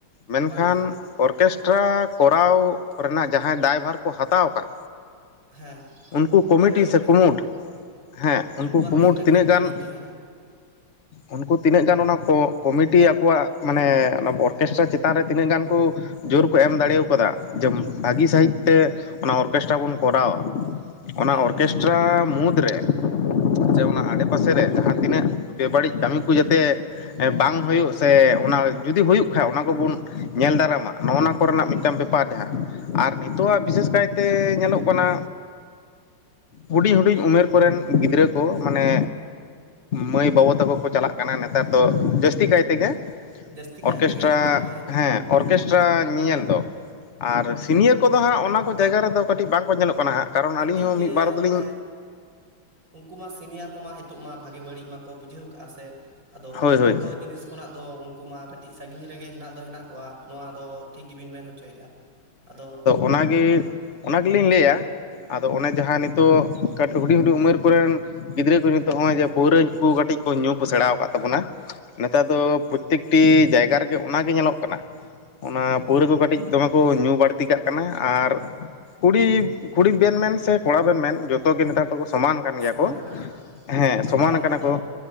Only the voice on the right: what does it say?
ᱵᱟᱝ ᱠᱟᱱᱟ
ᱦᱮᱸ
ᱩᱱᱠᱩᱣᱟᱜ
ᱵᱟᱹᱲᱤᱡ
ᱫᱚ
ᱠᱟᱱᱟ
ᱩᱱᱠᱩᱣᱟᱜ
ᱜᱮ ᱠᱟᱹᱴᱤᱡ
ᱵᱟᱹᱲᱤᱡ ᱫᱚ ᱦᱮᱱᱟᱜᱼᱟ
ᱦᱮᱸ
ᱡᱟᱹᱥᱛᱤ ᱠᱟᱭ
ᱛᱮᱜᱮ ᱱᱚᱣᱟ ᱜᱮ
ᱠᱟᱹᱴᱤᱡ
ᱜᱮ
ᱢᱟᱱᱮ ᱩᱱᱠᱩ ᱢᱟ ᱥᱤᱱᱤᱭᱟᱨ ᱠᱚᱢᱟ ᱱᱤᱛᱚᱜ ᱢᱟ ᱵᱷᱟᱜᱮ ᱵᱟᱹᱲᱤᱡ ᱢᱟᱠᱚ ᱵᱩᱡᱷᱟᱹᱣ ᱠᱟᱜᱼᱟ ᱥᱮ ᱟᱫᱚ
ᱚᱱᱟ
ᱠᱚ ᱡᱤᱱᱤᱥ ᱠᱷᱚᱱᱟᱜ ᱫᱚ ᱩᱱᱠᱩ ᱢᱟ ᱠᱟᱹᱴᱤᱡ ᱥᱟᱺᱜᱤᱧ ᱨᱮᱜᱮ ᱦᱮᱱᱟᱜ ᱫᱚ ᱦᱮᱱᱟᱜ ᱠᱚᱣᱟ ᱱᱚᱣᱟ ᱫᱚ ᱴᱷᱤᱠ ᱜᱮᱵᱤᱱ ᱢᱮᱱ ᱦᱚᱪᱚᱣ <unintelligible> ᱟᱫᱚ
ᱥᱚᱢᱟᱱ
ᱟᱠᱟᱱᱟ
ᱟᱞᱟᱫᱟ
ᱟᱞᱟᱫᱟ